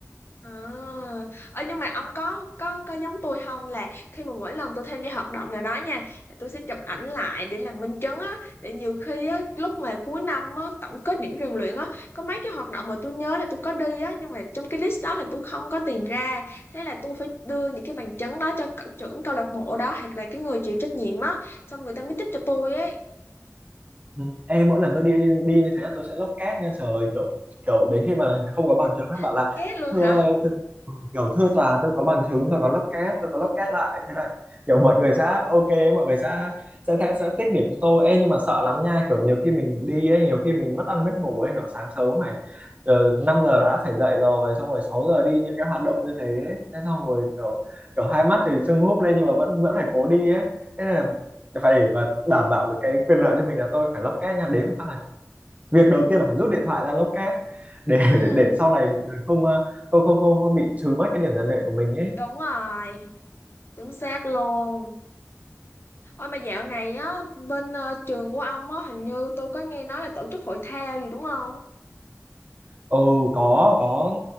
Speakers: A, on the left; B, on the right.
A: À, ờ, nhưng mà ông có có có giống tôi không là khi mà mỗi lần tôi tham gia hoạt động nào đó nha là tôi sẽ chụp ảnh lại để làm minh chứng á để nhiều khi á lúc mà cuối năm á tổng kết điểm rèn luyện á có mấy cái hoạt động mà tôi nhớ là tôi có đi á nhưng mà trong cái list đó là tôi không có tìm ra thế là tôi phải đưa những cái bằng chứng đó cho c- trưởng câu lạc bộ đó hoặc là cái người chịu trách nhiệm á xong người ta mới tích cho tôi ấy
B: Ừ. Ê, mỗi lần tôi đi đi như thế tôi sẽ lốc két nha trời ơi, kiểu kiểu đến khi mà không có bằng chứng nó bảo là
A: tôi két luôn
B: thưa
A: hả
B: thưa- ừ, kiểu thưa tòa tôi có bằng chứng tôi có lốc két tôi có lốc két lại thế là kiểu mọi người sẽ ok mọi người sẽ sẽ sẽ, sẽ tích điểm cho tôi Ê, nhưng mà sợ lắm nha kiểu nhiều khi mình đi ấy nhiều khi mình mất ăn mất ngủ ấy kiểu sáng sớm phải ờ, 5 giờ đã phải dậy rồi xong rồi 6 giờ đi những cái hoạt động như thế thế xong rồi kiểu kiểu hai mắt thì sưng húp lên nhưng mà vẫn vẫn phải cố đi ấy thế nên là phải để mà đảm bảo được cái quyền lợi cho mình là tôi phải lock két nha đến một phát là việc đầu tiên là phải rút điện thoại ra lock két để
A: ừ
B: để sau này mọi người không ờ, không không không không bị trừ mất cái điểm rèn luyện của mình ấy
A: đúng rồi chính xác luôn Ôi mà dạo này á bên ờ, trường của ông á hình như tôi có nghe nói là tổ chức hội thao gì đúng không?
B: Ừ có có